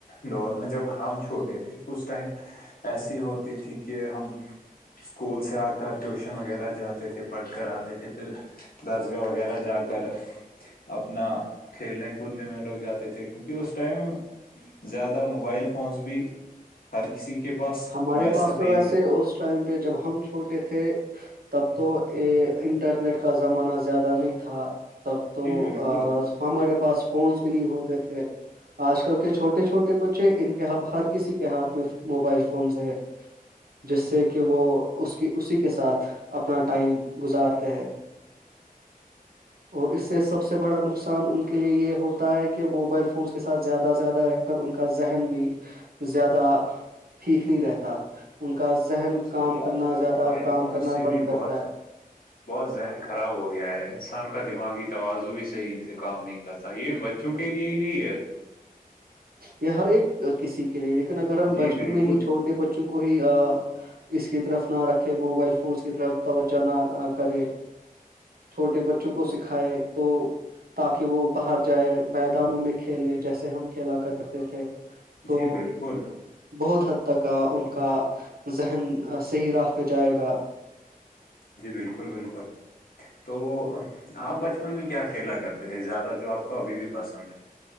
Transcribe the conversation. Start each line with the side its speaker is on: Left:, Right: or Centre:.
Left: دور میں جب ہم چھوٹے تھے اس ٹائم ایسی ہوتی تھی کہ ہم اسکول سے آ کر ٹیوشن وغیرہ جاتے تھے پڑھ کر آتے تھے پھر درسگاہ وغیرہ جا کر اپنا کھیلنے کودنے میں لوگ جاتے تھے کیونکہ اس ٹائم زیادہ موبائل فونس بھی ہر کسی کے پاس
Right: ہمارے
Left: میسر
Right: پاس تو
Left: نہیں
Right: ویسے
Left: تھے
Right: اس ٹائم پہ جب ہم چھوٹے تھے تب تو یہ انٹرنیٹ کا زمانہ زیادہ نہیں تھا تب تو
Left: جی بالکل
Right: ہمارے پاس فونس بھی نہیں ہوتے تھے آج کل کے چھوٹے چھوٹے بچے ان کے ہر کسی کے ہاتھ میں موبائل فونز ہے جس سے کہ وہ اس کی اسی کے ساتھ اپنا ٹائم گزارتے ہے <inaudible> اور اس سے سب سے بڑا نقصان ان کے لیے یہ ہوتا ہے کہ موبائل فونس کے ساتھ زیادہ زیادہ رہے کر ان کا ذہن بھی زیادہ ٹھیک نہیں رہتا ان کا
Left: جی بالکل
Right: ذہن
Left: صحیح
Right: کام کرنا
Left: آج کل
Right: زیادہ
Left: موبائل
Right: کام
Left: فون
Right: کرنا
Left: سے
Right: بند
Left: بھی
Right: کرتا
Left: بہت
Right: ہے <inaudible>
Left: بہت ذہن خراب ہو گیا ہے انسان کا دماغی توازع بھی صحیح سے کام نہیں کرتا یہ ب چم کے لیے ہی نہیں ہے
Right: یہ ہر ایک کسی کے لیے لیکن اگر ہم
Left: جی
Right: بچپن
Left: بالکل
Right: میں ہی چھوٹے بچوں کو ہی اس کی طرف نہ رکھے موبائل فونس کی طرف توجہ نہ کرے چھوٹے بچوں کو سکھائے تو تاکہ وہ باہر جائے میدانوں میں کھیلے جیسے ہم کھیلا کرتے تھے تو
Left: جی بالکل
Right: بہت حد تک ان کا ذہن صحیح راہ پہ جائے گا
Left: جی بالکل بالکل تو آپ بچپن میں کیا کھیلا کرتے تھے زیادہ جو آپ کو ابھی بھی پسند ہے